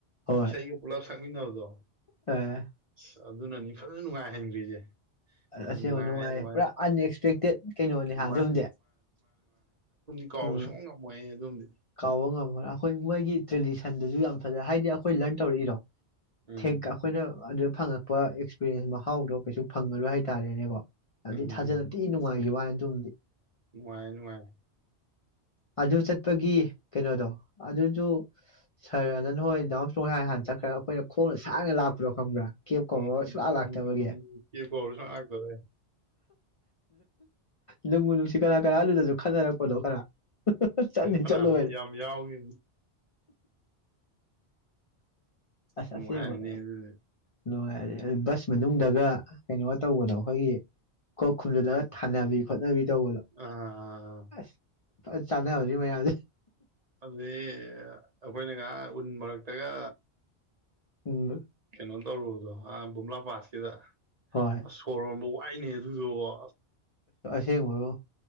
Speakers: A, on the left; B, on the right.
A: ꯍꯣꯏ
B: ꯏꯁꯩꯒ ꯄꯨꯂꯞ ꯁꯛ ꯅꯧꯗꯣ
A: ꯑ
B: ꯑ ꯑꯗꯨꯅꯅꯤ ꯐꯖꯅ ꯅꯨꯡꯉꯥꯏꯍꯟꯈ꯭ꯔꯤꯁꯦ
A: ꯑꯁꯦꯡꯕ
B: ꯅꯨꯡꯉꯥꯏ
A: ꯅꯨꯡꯉꯥꯏꯔ
B: ꯑꯗꯨꯃꯥꯏꯅ
A: ꯄꯨꯔꯥ ꯑꯟꯑꯛꯁꯄꯦꯛꯇꯦꯠ ꯀꯩꯅꯣꯅꯤ
B: ꯃꯥ
A: ꯍꯥꯏꯥꯟ ꯑꯗꯨꯝꯗꯤ
B: ꯀꯥꯎꯁꯨꯝꯅꯕꯝ
A: ꯎꯝ
B: ꯃꯣꯏ ꯑꯗꯨꯣꯗꯤ
A: ꯀꯥꯎꯕ ꯉꯝꯕꯅ ꯑꯩꯈꯣꯏ ꯃꯣꯏꯒꯤ ꯇ꯭ꯔꯦꯗꯤꯁꯟꯗꯁꯨ ꯌꯥꯝ ꯐꯖꯩꯦ ꯍꯥꯏꯗꯤ ꯑꯩꯈꯣꯏ ꯂꯔꯟ ꯇꯧꯔꯛꯏꯔꯣ
B: ꯎꯝ
A: ꯊꯦꯡ ꯑꯩꯈꯣꯏꯅ ꯑꯗꯨ ꯐꯪꯉꯛꯄ ꯑꯦꯛꯁꯄꯤꯔꯤꯌꯦꯟꯁ ꯃꯍꯥꯎꯗꯣ ꯀꯩꯁꯨ ꯐꯪꯉꯔꯣꯏ ꯍꯥꯏꯇꯥꯔꯦꯅꯦꯀꯣ ꯑꯗꯨꯩ
B: ꯎꯝ
A: ꯊꯥꯖꯜꯂꯗꯤ ꯅꯨꯡꯉꯥꯏꯈꯤ ꯋꯥ ꯗꯤ
B: ꯅꯨꯡꯉꯥꯏ ꯅꯨꯡꯉꯥꯏ
A: ꯑꯖꯤꯕꯨ ꯆ ꯑꯗꯨ ꯀꯩꯅꯣꯗꯣ ꯑꯗꯨꯁꯨ ꯁꯥꯔꯅ ꯅ ꯍꯣꯏ ꯗꯥꯎ ꯁ ꯍꯥꯟꯅ ꯍꯥꯟꯅ ꯆꯠꯈ꯭ꯔ ꯑꯩꯈꯣꯏꯅ ꯈꯣꯡꯅ ꯁꯥꯡꯅ ꯂꯥꯛꯄ ꯂꯣ ꯈꯪꯕ꯭ꯔꯥ ꯀꯦꯞ ꯀ
B: ꯎꯝ
A: ꯁꯨꯡꯂꯥ ꯂꯥꯛꯇꯕꯒꯤ
B: ꯎꯝ ꯀꯦ ꯀꯧꯔ ꯁꯨꯡꯂꯥꯛ ꯂꯥꯛꯇꯕ
A: ꯅꯨꯡꯕꯨꯨ ꯅꯨꯡꯁꯤ ꯀꯅꯥ ꯀꯔ ꯑꯗꯨꯗꯁꯨ ꯈꯠꯅꯔꯛ ꯍꯗꯣ ꯈꯔ ꯆꯠꯅꯤ
B: ꯐꯅꯥꯄꯖꯥ
A: ꯆꯠꯂꯣꯏꯔꯦ
B: ꯃ ꯌꯥꯥꯎꯒꯦ
A: ꯑꯁ
B: ꯅꯅꯨꯡ
A: ꯑꯁꯦꯡꯕ
B: ꯍꯥꯏꯅꯦ ꯑꯗꯨ
A: ꯅꯨꯡꯉꯥꯏꯔꯦ ꯑꯗꯨ ꯕꯁ ꯃꯅꯨꯡꯗꯒ ꯀꯩꯅꯣꯒ ꯇꯧꯕꯗꯣ ꯑꯩꯈꯣꯏꯒꯤ ꯀꯣꯛ ꯈꯨꯝꯖꯤꯜꯂꯒ ꯊꯥꯅꯕꯤ ꯈꯣꯠ ꯆꯠꯅꯕꯤ ꯇꯧꯕꯗꯣ
B: ꯑꯥ
A: ꯑꯁ ꯐ ꯆꯥꯟꯅꯕꯅꯤ ꯃꯌꯥꯝꯗ
B: ꯑꯗꯨꯗꯤ ꯑꯩꯈꯣꯏꯅ ꯉꯥꯏꯍꯥꯛ ꯎꯟ ꯃꯔꯛꯇꯒ
A: ꯎꯝ
B: ꯀꯩꯅꯣ ꯇꯧꯔꯨꯕꯗꯣ ꯑ ꯕꯨꯝꯝꯂꯥ ꯄꯥꯠꯁꯤꯗ
A: ꯍꯣꯏ
B: ꯑ ꯁꯣꯔꯣꯟꯕꯨ ꯍꯥꯏꯥꯏꯅꯦ ꯋꯥ
A: ꯊꯦꯡ ꯑꯣꯏ